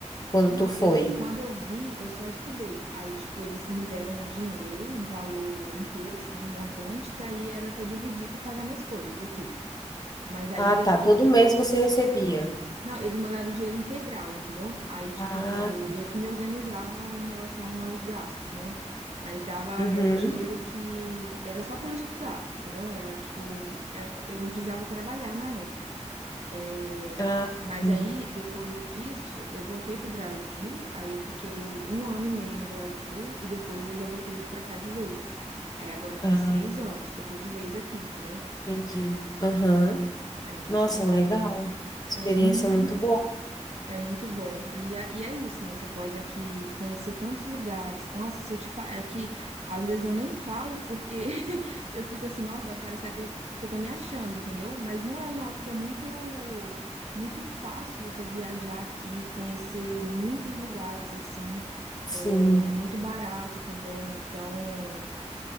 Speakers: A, on the left; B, on the right.
A: quando
B: Não,
A: tu foi?
B: eu quando eu vim, eu só estudei. Aí, tipo, eles me deram um dinheiro, um valor inteiro, assim, um montante, que aí era para dividir para pagar minhas coisas aqui. Mas aí
A: Ah,
B: depois.
A: tá. Todo mês você recebia.
B: Não, eles mandaram o dinheiro integral, entendeu? Aí, tipo,
A: Ah,
B: eu que me organizava em relação aos gastos, né? Mas dava,
A: uhum.
B: era o dinheiro que era só para eu estudar, entendeu? Era tipo, é, eu não precisava trabalhar na é,
A: Ah, entendi.
B: mas aí, depois disso, eu voltei pro Brasil, aí eu fiquei um ano e meio no Brasil, e depois eu já voltei pra cá de vez. Aí agora tem
A: Ah,
B: seis anos que eu tô de vez aqui, entendeu?
A: entendi. Aham.
B: É,
A: Nossa,
B: é uma,
A: legal. Experiência
B: é um, <laughs>
A: muito boa.
B: É muito bom. E, é- e é isso, né? Você pode aqui conhecer tantos lugares. Nossa, se eu te falar. É que às vezes eu nem falo porque <laughs> eu fico assim, nossa, vai parecer que eu, que eu tô me achando, entendeu? Mas não é, não. É porque é muito, muito fácil você viajar aqui, conhecer muitos lugares, assim.
A: Sim.
B: É, é muito barato também. Então,